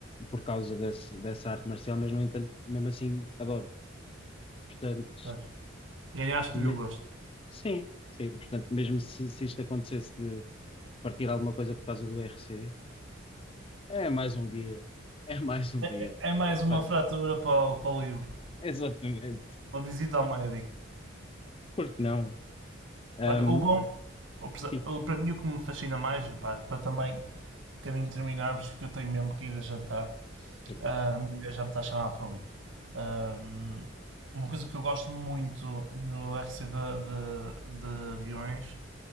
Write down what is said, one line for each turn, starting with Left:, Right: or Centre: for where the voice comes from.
Left: por causa desse, dessa arte marcial, mas no entanto, mesmo assim, adoro. Portanto,
Right: pois. Ganhaste-lhe
Left: me-
Right: o gosto.
Left: sim, sim. Portanto, mesmo se, se isto acontecesse de partir alguma coisa por causa do RC, É mais um dia. É mais um
Right: É,
Left: dia.
Right: é- é mais
Left: Não
Right: uma
Left: faz
Right: fratura
Left: mal.
Right: para, o- para o livro.
Left: Exatamente.
Right: Uma visita ao médico.
Left: Por que não? Ahm,
Right: Olha, o bom, o presa-
Left: sim,
Right: o- para mim o que me fascina mais, pá, para também de caminho terminarmos, porque eu tenho mesmo que ir a jantar,
Left: sem problema.
Right: ah, a minha mulher já me está a chamar por mim. Ahm, uma coisa que eu gosto muito no RC de, de- de aviões